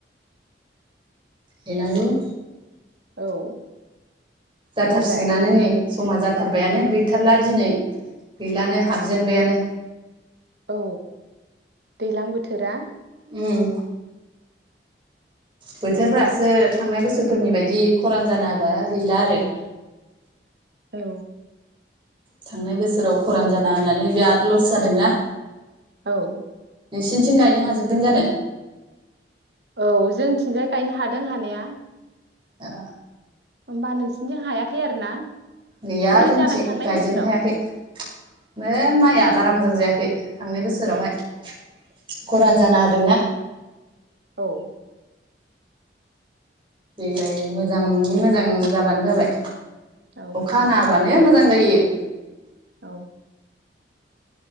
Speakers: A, on the right; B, on the right.
A: गायनांगौ
B: औ
A: जाथारसिगोनानो
B: नोंलाय
A: नै समा जाथ थारबायानो गैथारला दिनै गैलानो हाबजेनबायानो
B: औ दैज्लां बोथोरा
A: उम बोथोरफोरासो थांनाय बोसोरफोरनि बायदि खरान जानाहोबा गैला आरो
B: औ
A: थांनाय बोसोराव खरान जाना होनानै बिराद लस जादोंना
B: औ
A: नोंसिनिथिं गायनो हाजोबदों जानो
B: औ जोंथिंजाय गायनो हादों हानाया
A: ओ
B: होमबा नोंसिनथिं हायाखै आरो ना
A: गैया
B: बोरै
A: जोंथिं
B: जानाय थांनाय
A: गायजोबनो
B: बोसोराव
A: हायाखै मो माइआ बारा मोजां जायाखै खै थांनाय बोसोरावहाय खरान
B: उम
A: जाना होदोंना
B: औ
A: देग्लाय मोजाङै मोजां जाबानो जाबाय
B: औ
A: अखा हाना होबानो नो मोजां जायो
B: औ